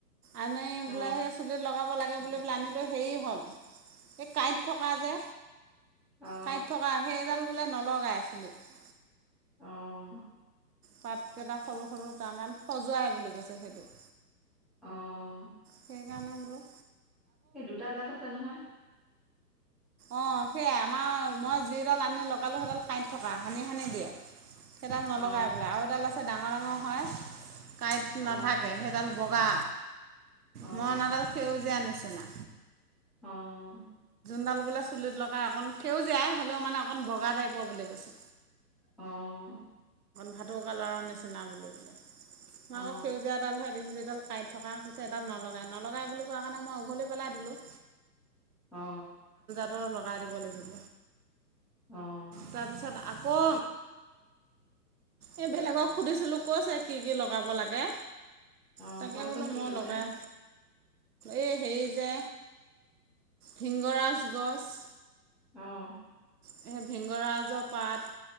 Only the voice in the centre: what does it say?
অ
অ
অহ'।
অ'।
সেই দুটা জাত আছে নহয়।
অ
অ
অ অ
অ'।
অ'।
অ
অ।
আহ।
অ
কোৱাচোন
কি
কৈছে?
আহ।